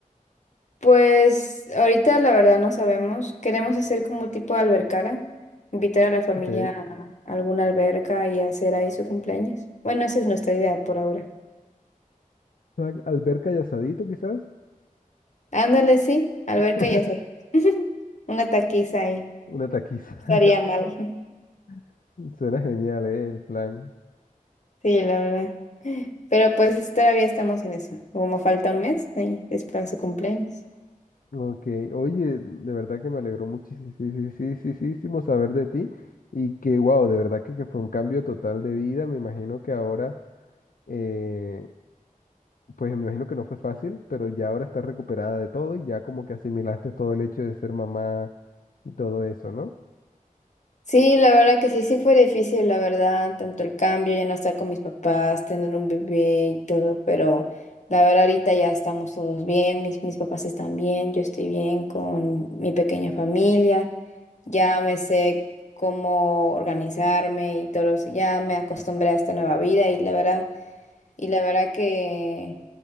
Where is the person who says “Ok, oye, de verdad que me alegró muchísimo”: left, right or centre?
Left